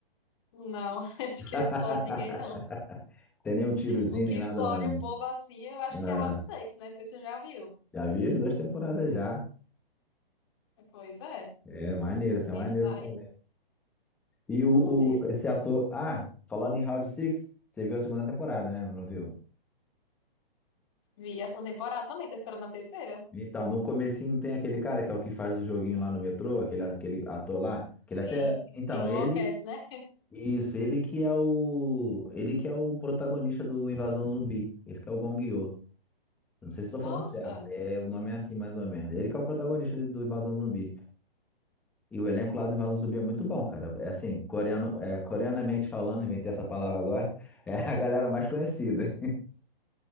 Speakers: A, on the left; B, in the centre.
A: Não, <laughs> acho
B: <laughs>
A: que explode ninguém, não.
B: Tem nem um tirozinho,
A: O que
B: nem
A: explode
B: nada não.
A: o
B: né?
A: povo assim, eu acho
B: É,
A: que é Round Six, né? Não sei se você já viu.
B: já vi as duas temporadas já.
A: Pois é.
B: É maneiro, isso é
A: Esse
B: maneiro
A: daí,
B: também. E o,
A: maneiro.
B: o- esse ator. Ah, falando em Round Six você viu a segunda temporada, né? Não viu?
A: Vi a segunda temporada também, tá esperando a terceira?
B: Então, no comecinho tem aquele cara que é o que faz o joguinho lá no metrô, aquele, aquele ator lá, que
A: Sim,
B: ele até. Então,
A: ele enlouquece,
B: ele.
A: né?
B: Isso, ele que é o. Ele que é o protagonista do Invasão Zumbi. Esse que é o Gong Yo. Eu Não sei se estou
A: Nossa.
B: falando certo. É, o nome é assim, mais ou menos. Ele que é o protagonista de- do Invasão Zumbi. E o elenco lá do Invasão Zumbi é muito bom, cara. É assim, coreano, é, coreanamente falando, inventei essa palavra agora, <laughs> é a galera mais conhecida.